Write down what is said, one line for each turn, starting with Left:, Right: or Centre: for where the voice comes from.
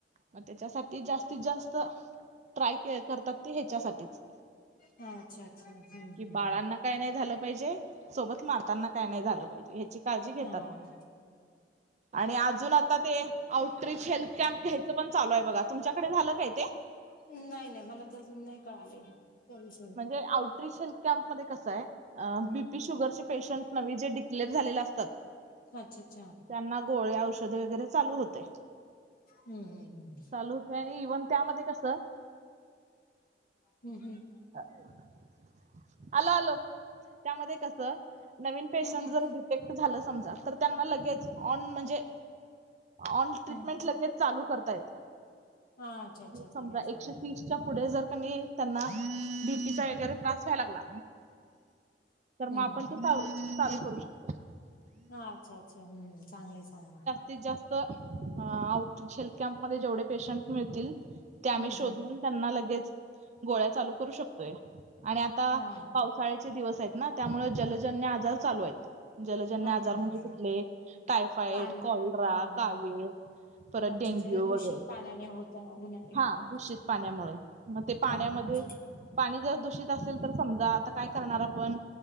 Right: मग त्याच्यासाठी जास्तीत जास्त ट्राय के करतात ते ह्याच्यासाठीच.
Left: हा अच्छा अच्छा. हम्म
Right: कि बाळांना कायं नाही झालं पाहिजे सोबत मातांना काय नाही झालं पाहिजे, ह्याची काळजी घेतात
Left: हा
Right: आणि अजून आता ते आउटरी हेल्थ कॅम्प घ्यायचं पण चालू आहे बघा, तुमच्याकडे झालं काय ते?
Left: नाही नाही, मला तर अजून नाही कळालंय. त्या विषयी
Right: म्हणजे आउटरीच हेल्थ कॅम्प मध्ये कसं आहे?
Left: हम्म
Right: बी पी शुगर चे पेशंट नवी जे ड्लेअर झाले असतात.
Left: अच्छा अच्छा!
Right: त्यांना गोळे औषधे वगैरे चालू होते.
Left: हम्म हम् हम् ह्.
Right: चालू होत आणि इव्हन त्यामध्ये कसं.
Left: हम् हम्.
Right: अ हः आलो आलो त्यामध्ये कसं नवीन पेशंट
Left: हम्म हम्म
Right: जर. एक तं झालं समजा तर त्यांना लगेच ऑन म्हणजे. ऑन ट्रीटमेंट
Left: हम्म
Right: लगेच चालू करता येते.
Left: हा अच्छा अच्छा
Right: समजा
Left: चालेल चालेल
Right: एकशे तीसच्या पुढे जर का नी त्यांना. बीपी चा वैगरे त्रास व्हाय लागला तर मग
Left: हम्म
Right: आपण. चा चालू करू शकतो.
Left: ह अच्छा अच्छा हम्म चांगलाय चांगलय.
Right: ते जास्त अ आउट हेल्थ कॅम्प म जेवढे पेशंट मिळतील ते आम्ही
Left: हम्म
Right: शोधून.
Left: हम्म
Right: त्यांना लगेच गोळ्या चालू करू शकतोय आणि आता
Left: हा
Right: पाऊस साळेचे दिवस आहेत ना त्यामुळे जलजन्य आजार चालू आहेत. जलजन्य
Left: हा
Right: आजार
Left: हा
Right: म्हणजे
Left: हा
Right: कुठले टायफाईड,
Left: पान
Right: कॉलड्रा,
Left: हा
Right: कावीळ,
Left: हा
Right: परत
Left: अच्छा
Right: डेंग्यू
Left: अच्छा हे दूषित
Right: वगैरे
Left: पाण्याने होत होणारे
Right: हा
Left: आजार
Right: दूषित पाण्यामुळे मगं ते पाण्यामध्ये
Left: हा हा हा.
Right: पाणी जर दूषित असेल तर समजा आता काय करणार आपण.